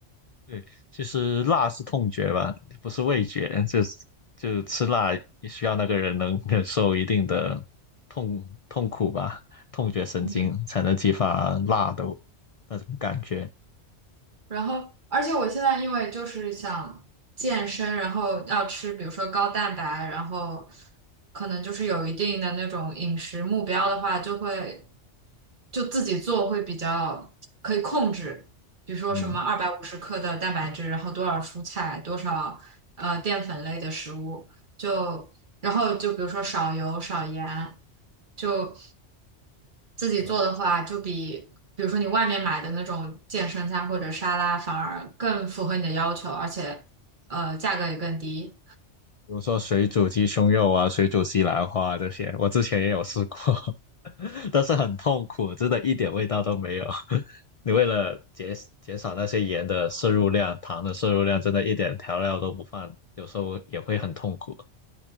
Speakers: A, on the left (about 60°); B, on the right (about 45°).
A: 对，其实辣是痛觉吧，不是味觉，就是就吃辣也需要那个人能 <laughs> 忍受一定的痛痛苦吧，痛觉神经才能激发辣的
B: 嗯
A: 那种感觉。
B: 然后，而且我现在因为就是想健身，然后要吃，比如说高蛋白，然后可能就是有一定的那种饮食目标的话，就会就自己做会比较可以控制，比如说什么二百五十克的蛋白质，
A: 嗯，
B: 然后多少蔬菜，多少呃淀粉类的食物，就然后就比如说少油少盐，就自己做的话，
A: 我比
B: 就比比如说你外面买的那种健身餐或者沙拉，反而更符合你的要求，而且呃价格也更低。
A: 如说水煮鸡胸肉啊，水煮西兰花啊这些，我之前也有试过，<laughs> 但是很痛苦，真的一点味道都没有。<laughs> 你为了减减少那些盐的摄入量、糖的摄入量，真的一点调料都不放，有时候也会很痛苦。